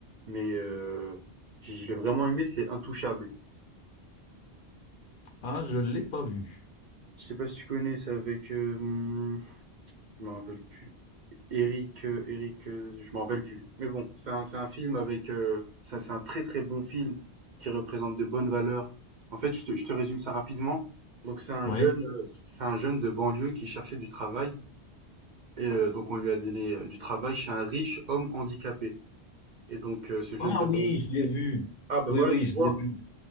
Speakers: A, on the right; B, on the left.
A: mais heu, je je l'ai vraiment aimé, c'est Intouchables.
B: Ah, je ne l'ai pas vu.
A: Je sais pas si tu connais? C'est avec, hem, je me rappelle plus, Eric, heu, Éric, heu, je me rappelle plus. Mais bon, c'est un c'est un film avec, heu, ça c'est un très très bon film qui représente de bonnes valeurs. En fait, je te je te résume ça rapidement. Donc c'est un
B: Oui.
A: jeune, heu, c'est un jeune de banlieue qui cherchait du travail et heu, donc on lui a donné, heu, du travail chez un riche homme handicapé. Et donc, euh, ce jeune
B: Ah
A: de
B: oui,
A: Ban-
B: je l'ai vu.
A: Ah bah
B: Oui,
A: voilà,
B: oui,
A: tu
B: je
A: vois.
B: l'ai vu.